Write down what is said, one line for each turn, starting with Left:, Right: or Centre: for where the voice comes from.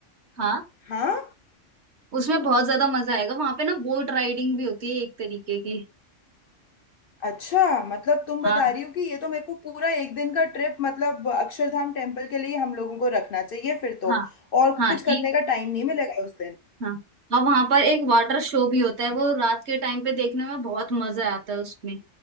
Right: हाँ
Left: हाँ
Right: उसमें बहुत ज्यादा मजा आएगा वहां पे ना बोट राइडिंग भी होती है एक तरीके की
Left: अच्छा मतलब तुम बता
Right: हाँ
Left: रही हो कि ये तो मेरे को पूरा एक दिन का ट्रिप मतलब अक्षरधाम टेम्पल के लिए ही हम लोगों को रखना चाहिए फिर तो
Right: हाँ
Left: और
Right: हाँ
Left: कुछ
Right: एक
Left: करने का टाइम नहीं मिलेगा उस
Right: हाँ और वहां पर एक वाटर शो भी होता है वो रात के टाइम पे देखने में बहुत मजा आता है उसमें